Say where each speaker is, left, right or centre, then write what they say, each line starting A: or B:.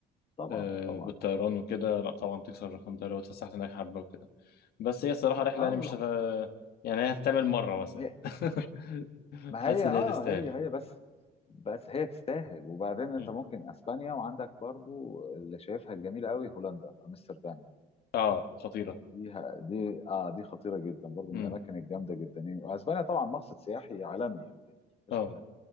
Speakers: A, on the left; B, on the left.
A: طبعا
B: آه
A: طبعا
B: بالطيران وكده لا طبعا تكسر ال 5000 لو اتفسحت هناك حبة وكده بس هي الصراحة رحلة
A: اه
B: يعني
A: ولو
B: مش هت... يعني هي هتتعمل مرة مثلا
A: هي-
B: <laughs>
A: ما
B: حاسس
A: هي
B: ان
A: اه
B: هي تستاهل
A: هي هي بس بس هي تستاهل وبعدين انت
B: مم.
A: ممكن اسبانيا وعندك برضو اللي شايفها جميله قوي هولندا امستردام
B: اه خطيرة
A: دي ه- دي اه دي خطيره جدا برضو
B: مم.
A: من الاماكن الجامده جدا يعني واسبانيا طبعا مقصد سياحي عالمي يعني مفيش
B: اه
A: كلام